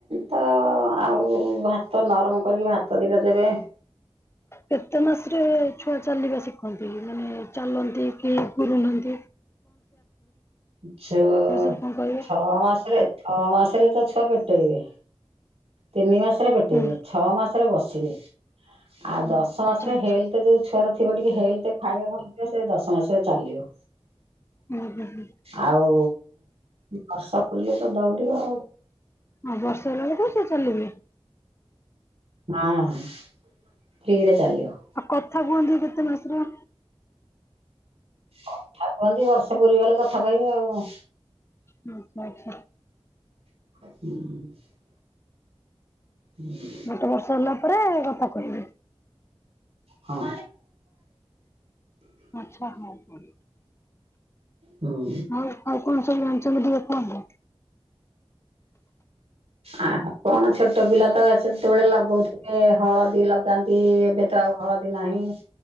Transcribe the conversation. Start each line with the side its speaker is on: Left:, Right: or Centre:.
Right: ତ ଆଉ ଭାତ ନରମ କରିକି ଭାତ ଦିଟା ଦେବେ।
Left: କେତେ ମାସରେ ଛୁଆ ଚାଲିବ ସିଖ୍ <unintelligible> ମାନେ ଚାଲନ୍ତି କି ଗୁରୁଣ୍ଡନ୍ତି।
Right: ଛ
Left: ବିଷୟରେ କଣ କହିବେ?
Right: ଛଅ ମାସରେ ଛଅ ମାସରେ ତ ଛୁଆ ପେଟେଇବେ ତିନି ମାସରେ ପେଟେଇବେ
Left: ହୁଁ
Right: ଛଅ ମାସରେ ବସ ସିବେ ଆଉ ଦଶ ମାସରେ
Left: ଆଚ୍ଛା ଆଚ୍ଛା
Right: ହେଲ୍‌ତେ ଯୋଉ ଛୁ ତର ଥିବ ଟିକେ ହେଲ୍‌ତେ ଖାଇବା ଭଲ ଥିବ ସେ ଦଶ ମାସରେ ଚାଲିବ।
Left: ହୁଁ ହୁଁ ହୁଁ।
Right: ଆଉ ବର୍ଷ ପୁରିଲେ ତ ଦଉଡିବ।
Left: ହଁ ବର୍ଷ ହେଲା ବେଳେକୁ ଚାଲିବେ।
Right: ହଁ ଫ୍ରିରେ ଚାଲିବ।
Left: ଆଉ କଥା କୁହନ୍ତି କେତେ ମାସର
Right: କଥା କୁହନ୍ତି ବର୍ଷେ ପୁରୀ ଗଲେ କଥା କହିବେ ଆଉ।
Left: ହୁଁ ଆଚ୍ଛା।
Right: ହୁଁ। ହୁଁ।
Left: ଗୋଟେ ବର୍ଷ ହେଲା ପରେ କଥା କହିବେ।
Right: ହଁ।
Left: ଆଚ୍ଛା ହଁ ହଁ।
Right: ହୁଁ।
Left: ଆଉ ଆଉ କଣ ସବୁ ହାଲଚାଲ ସବୁ କୁହନ୍ତୁ।
Right: ଆ କଣ ଛୋଟ ପିଲା ତ ସେତେବେଳେ ଲଗଉଥିଲେ ହଳଦୀ ଲଗାନ୍ତି ଏବେ ତ ଆଉ ହଳଦୀ ନାହିଁ